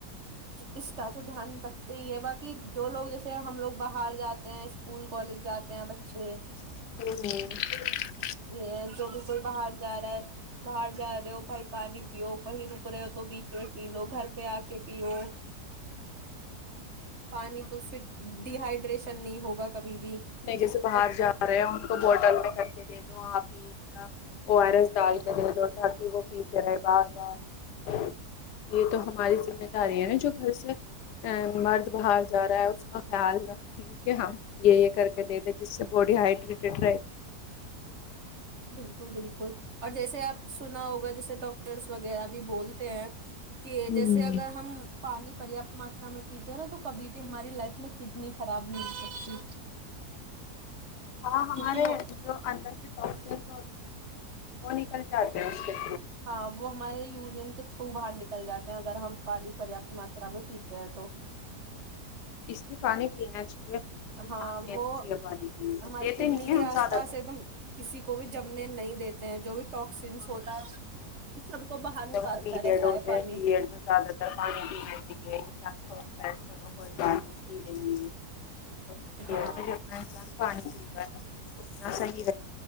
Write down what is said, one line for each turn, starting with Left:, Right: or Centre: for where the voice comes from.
Right: اس کا تو دھیان رکھتے ہی ہے باق جو لوگ جیسے ہم لوگ باہر جاتے ہیں اسکول کالج جاتے ہیں بچے
Left: ہ
Right: یہ جو بھی کوئی باہر جا رہا ہے باہر جا رہے ہو بھائی پانی پیو کہیں رک رہے ہو تو بیچ میں پی لو گھر پہ آ کے پیو پانی تو پھر ڈیہائڈریشن نہیں ہوگا کبھی بھی
Left: نہیں جیسے باہر
Right: اور
Left: جا رہے ہیں ان کو بوٹل میں کر کے دے دو آپ او آر ایس ڈال کے دے دو تاکہ وہ پیتے رہے بار بار یہ تو ہماری ذمہ داری ہے نا جو گھر سے مرد باہر جا رہا ہے اس کا خیال ر کہ ہم یہ یہ کر دے د جس سے باڈی ہائڈریٹڈ رہے
Right: بالکل بالکل اور جیسے آپ سنا ہوگا جس ڈٹرس وغیرہ بھی بولتے ہیں کہ
Left: ہوں
Right: جیسے اگر ہم پانی پرت ماترا میں پیتے ہیں نا تو کبھی بھی ہماری لائف میں کڈنی خراب نہیں ہو سکتی
Left: ہاں ہمارے
Right: کیونکہ وہ
Left: جو اندر کے ٹکس وہ نکل جاتے ہیں اس کے تھرو
Right: ہاں وہ ہمارے یونین کے تھرو باہر نکل جاتے ہیں اگر ہم پانی پریاپت ماترا میں پیتے ہیں تو
Left: اس لیے پانی پینا چاہیے دھیان
Right: ہاں
Left: دینا
Right: وہ
Left: چاہیے پانی پینے پہ
Right: ہماری
Left: دیتے
Right: کڈنی
Left: نہیں ہیں
Right: کے
Left: ہم
Right: آس
Left: زیادہ
Right: پاس
Left: تر
Right: ایک دم کسی کو بھی جمنے نہیں دیتے جو بھی ٹاکسینس
Left: ہاں
Right: ہوتا ہے سب کو باہر
Left: جب
Right: نکالتا
Left: پیریڈ
Right: رہتا
Left: ہوتے
Right: ہے پانی
Left: ہیں پیریڈ میں زیادہ تر پانی پینا چاہیے انسان سوچتا ہے چلو کوئی بات نہیں پ لیکن پیے
Right: ہاں
Left: گا جتنا انسان پانی پی گا نا اتنا صحی